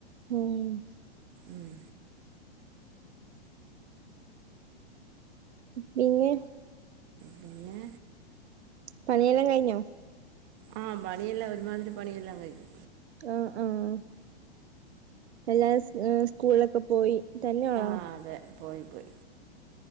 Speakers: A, on the right (about 85°); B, on the right (about 35°).
A: ഉം
B: ഉം
A: പിന്നെ
B: പിന്നെ
A: പനിയെല്ലാം കഴിഞ്ഞോ
B: ആഹ് പണിയെല്ലാ ഒരുമാതിരി പണിഎല്ലാം കഴിഞ്
A: ആഹ് ആഹ് എല്ലാര് സ്കൂളിലൊക്കെ പോയി തന്നെയാണോ
B: ആഹ് അതെ പോയി പോയി